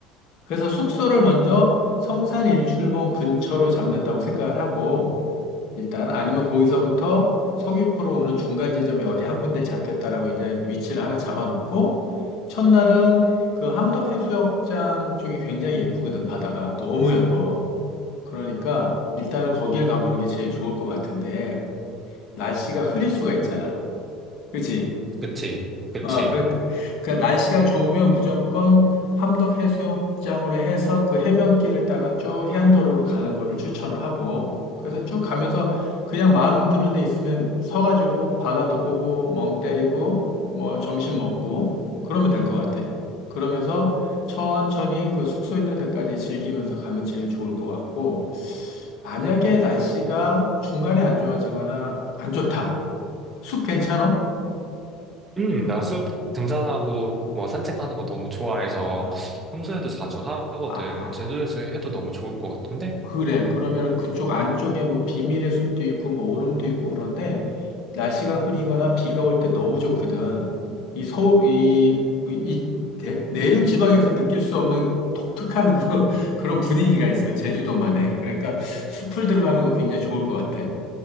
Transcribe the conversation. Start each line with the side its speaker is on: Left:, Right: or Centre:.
Left: 그래서 숙소를 먼저 성산 일출봉 근처로 잡는다고 생각을 하고, 일단 아니면 거기서부터 서귀포로 오는 중간 지점에 어디 한 군데 잡겠다라고 이제 위치를 하나 잡아놓고, 첫날은 그 함덕해수욕장 쪽이 굉장히 예쁘거든, 바다가. 너무 예뻐. 그러니까 일단은 거기를 가보는 게 제일 좋을 것 같은데, 날씨가 흐릴 수가 있잖아. 그치?
Right: 그치, 그치.
Left: 어, 그래, 그러니까 날씨가 좋으면 무조건 함덕 해수욕장으로 해서 그 해변길을 따라 쭉 해안도로로 가는 거를 추천을 하고, 그래서 쭉 가면서 그냥 마음 드는 데 있으면 서가지고 바다도 보고, 멍 때리고, 뭐 점심 먹고, 그러면 될 것 같아. 그러면서 천천히 그 숙소 있는 데까지 즐기면서 가면 제일 좋을 것 같고, 만약에 날씨가 중간에 안 좋아지거나 안 좋다. 숲 괜찮아?
Right: 음, 나 숲 등산하고 뭐 산책하는 거 너무 좋아해서
Left: 아,
Right: 평소에도 자주 하거든.
Left: 아,
Right: 제주도에서 해도 너무 좋을 것 같은데?
Left: 그래. 그러면은 그쪽 안쪽에 뭐 비밀의 숲도 있고 뭐 오름도 있고 그런데 날씨가 흐리거나 비가 올 때 너무 좋거든. 이 서울, 이, 이 내, 내륙 지방에서 느낄 수 없는 독특한 그, <laughs> 그런 분위기가 있어요. 제주도만에. 그러니까 숲을 들어가는 거 굉장히 좋을 것 같아.